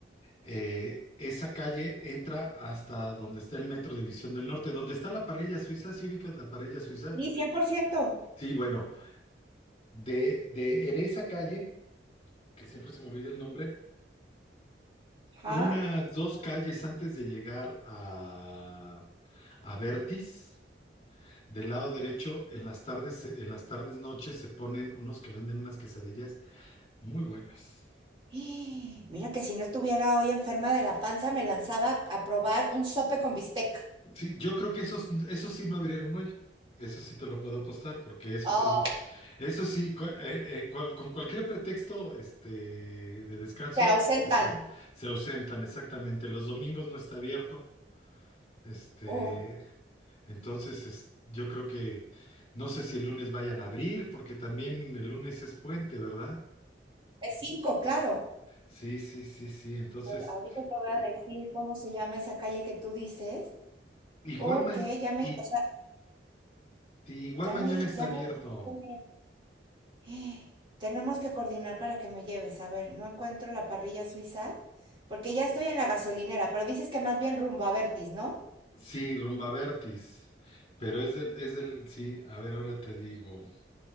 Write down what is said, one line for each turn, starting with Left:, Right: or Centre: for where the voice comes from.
Left: Eh, esa calle entra hasta donde está el Metro División del Norte, donde está la parrilla suiza, ¿sí ubicas la parrilla suiza?
Right: Sí, cien por ciento
Left: Sí, bueno, de, de en esa calle, que siempre se me olvida el nombre,
Right: Ajá.
Left: unas dos calles antes de llegar a, a Vertis. Del lado derecho, en las tardes, en las tardes noches se ponen unos que venden unas quesadillas muy buenas.
Right: <gasps> Mira que si no estuviera hoy enferma de la panza, me lanzaba a probar un sope con bistec.
Left: Sí, yo creo que esos, esos sí no abrieron hoy. Eso sí te lo puedo apostar, porque eso
Right: Oh,
Left: sí, eso sí, cu- eh, eh, cual- con cualquier pretexto este, de descanso,
Right: se ausentan.
Left: está, se ausentan exactamente. Los domingos no está abierto. Este,
Right: Oh,
Left: entonces, es- yo creo que no sé si el lunes vayan a abrir, porque también el lunes es puente, ¿verdad?
Right: es cinco, claro.
Left: Sí, sí, sí, sí. Entonces.
Right: Ahorita te voy a decir cómo se llama esa calle que tú dices,
Left: Igual,
Right: porque
Left: ma-
Right: ya me,
Left: y,
Right: o sea,
Left: sí, igual
Right: ya
Left: mañana
Right: me,
Left: está
Right: ya
Left: abierto.
Right: me diste- <gasps> Tenemos que coordinar para que me lleves. A ver, no encuentro la parrilla suiza, porque ya estoy en la gasolinera, pero dices que más bien rumbo a Vertis, ¿no?
Left: Sí, Rumba Vertis. Pero es del, es del, sí, a ver, ahora te digo.